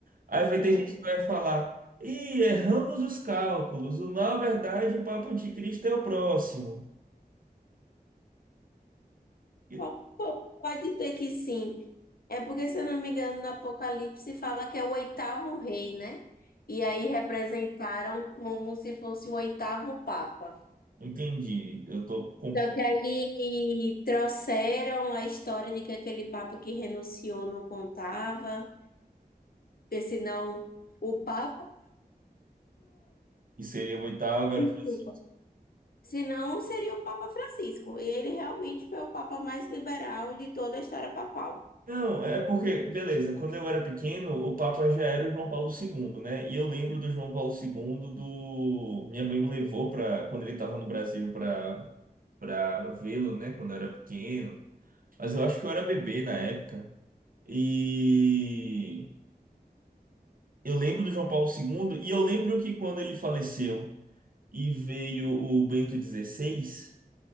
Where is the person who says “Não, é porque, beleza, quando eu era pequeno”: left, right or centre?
Right